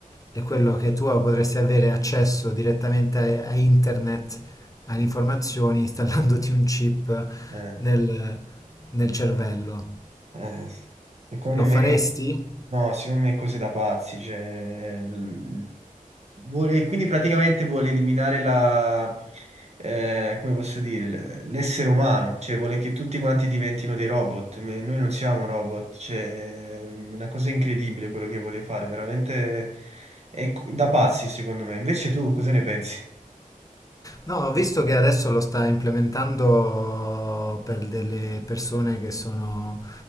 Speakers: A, on the left; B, on the right.
A: è quello che tu potresti avere accesso direttamente a, a internet, alle informazioni, installandoti un chip
B: Eh.
A: nel nel cervello.
B: Eh, secondo
A: Lo
B: me,
A: faresti?
B: no, secondo me è così da pazzi. Cioè, l- vuole, quindi praticamente vuole eliminare la, eh, come posso dire, l- l'essere umano, cioè vuole che tutti quanti diventino dei robot. Me- Noi non siamo robot, cioè, è una cosa incredibile quello che vuole fare, veramente è c- da pazzi, secondo me. Invece tu cosa ne pensi?
A: No, ho visto che adesso lo sta implementando per delle persone che sono,